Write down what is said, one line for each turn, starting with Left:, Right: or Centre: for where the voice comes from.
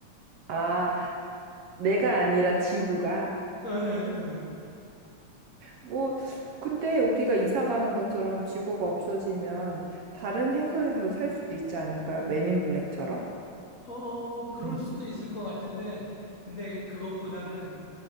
Right: 아, 내가 아니라 지구가.
Left: 예, 예, 예.
Right: 뭐, 근데 우리가 이사 가는 것처럼 지구가 없어지면 다른 행성에 가서 살 수도 있지 않을까요? 맨인 블랙처럼?
Left: 어, 그럴
Right: 아니,
Left: 수도 있을 것 같은데, 근데 그것보다는